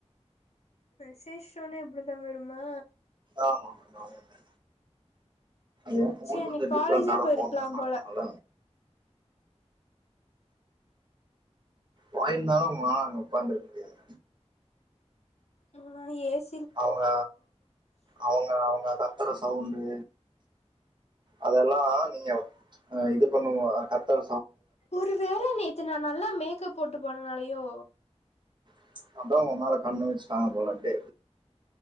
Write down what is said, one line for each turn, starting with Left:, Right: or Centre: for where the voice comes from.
Left: மெசேஜ் டோனே அப்டிதா வருமா
Right: ஆமா ஆமா ஏ ஃபோன்
Left: சே
Right: கொஞ்சோ
Left: நீ காலேஜே
Right: டிஃப்ரண்டான
Left: போயிருக்கலா
Right: ஃபோன் மேம்
Left: போல
Right: அதுனால வாயிர்ந்தாலு உங்ளா அங்க ஒக்காந்திருக்க முடியாது
Left: ஆஹ் எஸ்
Right: அவுங்க அவுங்க அவுங்க கர் கத்ற சௌவுண்டு அதெல்லா நீங்க ம் இது பண்ணுவா கத்தர
Left: ஒரு வேல நேத்து நா நல்லா மேக் கப் போட்டு போனனாலயோ
Right: ம் அத்தா உன் மேல கண்ணு வெச்சிட்டாங்க போல அப்டே